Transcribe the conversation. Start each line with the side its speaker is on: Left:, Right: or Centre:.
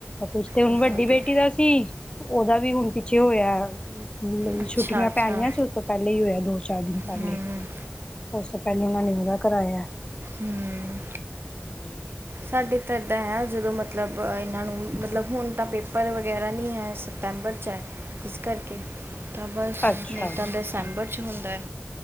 Left: ਕੁਛ ਤੇ ਹੁਣ
Right: ਇਹ
Left: ਵੱਡੀ
Right: ਵਧੀਆ
Left: ਬੇਟੀ ਦਾ ਸੀ, ਉਹਦਾ ਵੀ ਵੀ ਹੁਣ ਪਿੱਛੇ ਹੋਇਆ। ਮਤਲਬ
Right: ਅੱਛਾ
Left: ਛੁੱਟੀਆਂ
Right: ਅੱਛਾ
Left: ਪੈਣੀਆਂ ਸੀ। ਉਸ ਤੋਂ ਪਹਿਲੇ ਹੀ ਹੋਇਆ, ਦੋ ਚਾਰ ਦਿਨ ਪਹਿਲੇ।
Right: ਹਮ
Left: ਉਸ ਤੋਂ ਪਹਿਲੇ ਉਹਨਾ ਨੇ ਉਹਦਾ ਕਰਾਇਆ।
Right: ਹੂੰ,
Left: ਜੀ
Right: ਸਾਡੇ ਤਾਂ ਇੱਦਾਂ ਐ। ਜਦੋਂ ਮਤਲਬ ਇਹਨਾਂ ਨੂੰ ਮਤਲਬ ਹੁਣ ਤਾਂ ਪੇਪਰ ਵਗੈਰਾ ਨਹੀਂ ਹੈ। ਸਿਤੰਬਰ 'ਚ ਹੈ ਇਸ ਕਰਕੇ। ਤਾਂ ਬਸ
Left: ਅੱਛਾ
Right: ਨਹੀਂ ਤਾਂ ਦਿਸੰਬਰ ਚ ਹੁੰਦਾ ਐ।